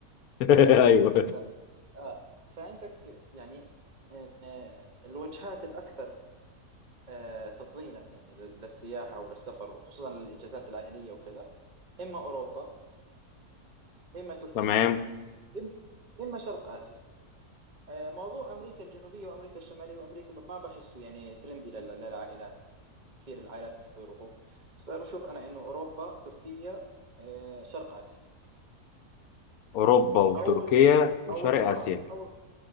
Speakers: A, on the left (about 75°); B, on the right (about 35°).
A: <laughs>
B: آه
A: ايوه
B: ف آه فعندك يعني آه آه، الوجهات الاكثر آه تفضيلا يعني لل- للسياحه وللسفر وخصوصا للاجازات العائليه وكذا اما اوروبا اما تركيا
A: تمام
B: إم- اما شرق اسيا آه موضوع امريكا الجنوبيه وامريكا الشماليه وامريكا ما بحسه يعني ترندي لل- للعائلات كثير العائلات بيحبوا يروحوا بس بشوف أنا إنه أوروبا تركيا آه، شرق آسيا
A: اوروبا وتركيا
B: أو الإم-
A: وشرق
B: أو الإمارات
A: اسيا
B: أو